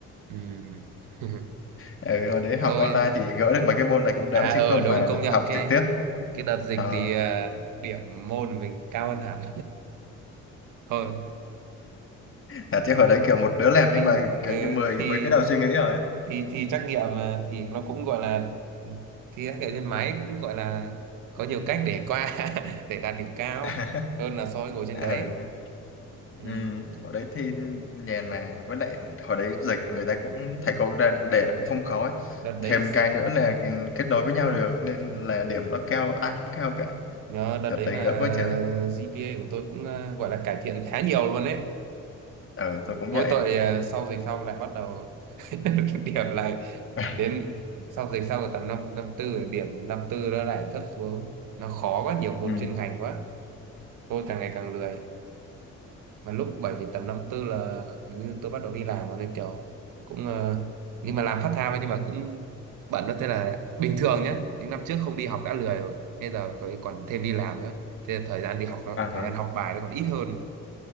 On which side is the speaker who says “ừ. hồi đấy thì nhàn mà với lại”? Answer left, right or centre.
Left